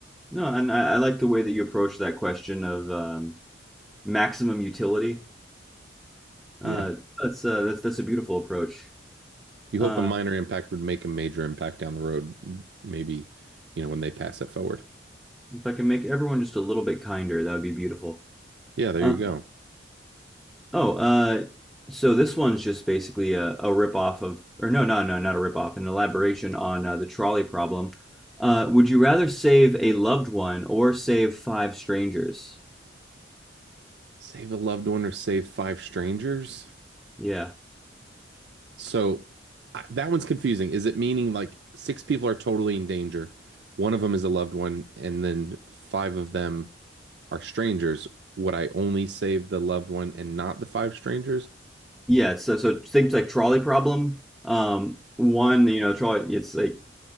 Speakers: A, in the centre; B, on the right.
A: No, and I, I like the way that you approach that question of um, maximum utility. Uh,
B: Yeah.
A: that's uh, that's that's a beautiful approach.
B: You
A: Uh,
B: hope a minor impact would make a major impact down the road, maybe, you know, when they pass it forward.
A: if I can make everyone just a little bit kinder, that would be beautiful.
B: Yeah, there
A: Uh,
B: you go.
A: Oh, uh, so this one's just basically a, a rip-off of, or no, no, no, not a rip-off, an elaboration on uh, the trolley problem. Uh, would you rather save a loved one or save five strangers?
B: Save a loved one or save five strangers.
A: Yeah.
B: So I, that one's confusing. Is it meaning like six people are totally in danger? One of them is a loved one, and then five of them are strangers. Would I only save the loved one and not the five strangers?
A: Yeah, so so things like trolley problem. Um, one, you know, trolley, it's like,